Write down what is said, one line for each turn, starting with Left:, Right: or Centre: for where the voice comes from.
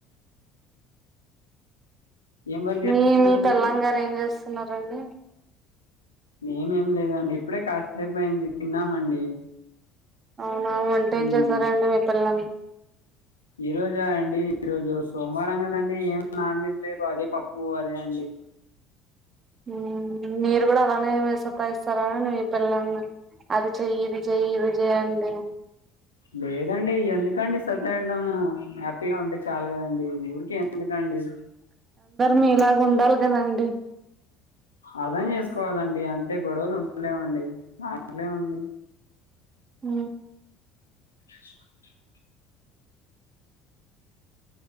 Left: ఏం వర్క్
Right: మీ
Left: చేస్తున్నారండి
Right: మీ పెల్లంగారు
Left: మీరు
Right: ఏం చేస్త చేస్తున్నారండి
Left: మేమేం లేదండి ఇప్పుడే కాసేపు అయింది తిన్నామండి
Right: అవునా వంటే
Left: ఉమ్
Right: ఏం చేశారాండి మీ పిల్లం
Left: ఈ రోజా అండి ఈరోజు సోమవారం కదండి ఏం నాన్ వెజ్ లేదు అదే పప్పు అదే అండి
Right: హ మీరు కూడా అలానే వేసతాయిస్తారా మీ పిల్ల అది చెయి ఇది చెయి ఇది చేయండి
Left: లేదండి ఎందుకండి సతాయిడము హ్యాపీగా ఉంటే చాలు కదండి ఊరుకె ఎందుకండి
Right: మీ లాగ ఉండాలి కదండి
Left: అర్థం చేసుకోవాలండి అంతే గొడవలు ఉండలేవండి అట్లేముంది
Right: హ
Left: <unintelligible>